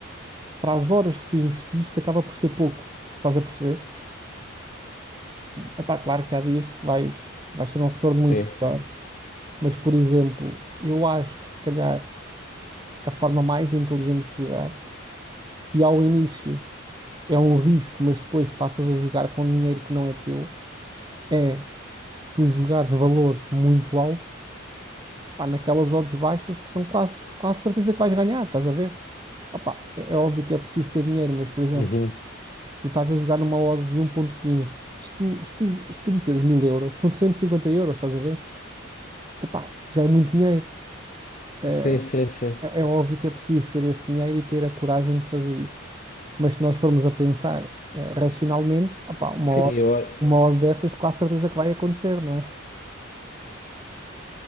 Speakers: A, on the right; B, on the left.
A: para as horas que tu investiste acaba por ser pouco. Estás a perceber? é pá, claro que há dias que vais, vais ter um retorno muito
B: Sim.
A: melhor. Mas, por exemplo, eu acho que se calhar a forma mais inteligente de jogar, que ao início é um risco, mas depois passas a jogar com dinheiro que não é teu, é tu jogares valores muito altos, pá, naquelas odds baixas que são quase, quase certeza que vais ganhar, estás a ver? Opá, é é óbvio que é preciso ter dinheiro, mas, por exemplo.
B: Uhum.
A: Tu estás a jogar numa odd de 1.15. Se tu, se tu, se tu meteres 1000 euros, são 150 euros, estás a ver? Epá, que já é muito dinheiro. Eh,
B: Sim, sim, sim.
A: É, é óbvio que é preciso ter esse dinheiro e ter a coragem de fazer isso. Mas se nós formos a pensar, eh, racionalmente, opá, uma
B: Sim,
A: odd,
B: eu,
A: uma odd dessas, com a certeza que vai acontecer, não é?